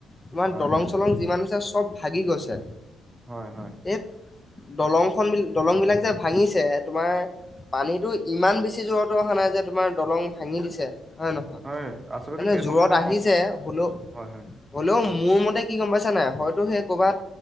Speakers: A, on the left; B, on the right.
A: তোমাৰ
B: হয়
A: দলং চলং যিমান আছে চব ভাগি গৈছে।
B: হয় হয়
A: এই দলং খন বি দলং বিলাক যে ভাঙিছে তোমাৰ পানীতো ইমান বেছি জোৰৰতো অহা নাই যে তোমাৰ দলং ভাঙি দিছে। হয় নহয়
B: হয় আচলতে
A: মানে
B: সেই
A: জোৰত
B: সময়তে
A: আহিছে হলেও
B: হয় হয়।
A: হ'লেও মোৰ মতে কি গম পাইছা নাই, হয়তো সেই কৰ'বাত